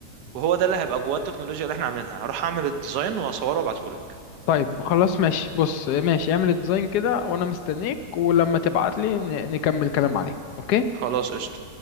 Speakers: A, on the right; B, on the left.
A: وهو ده اللي هيبقى جواه التكنولوجيا اللي احنا عاملينها هروح اعمل الديزاين واصوره وابعته لك
B: طيب خلاص ماشي بص ماشي اعمل ديزاين كده وانا مستنيك ولما تبعت لي نكمل كلام عليه اوكي
A: خلاص قشطه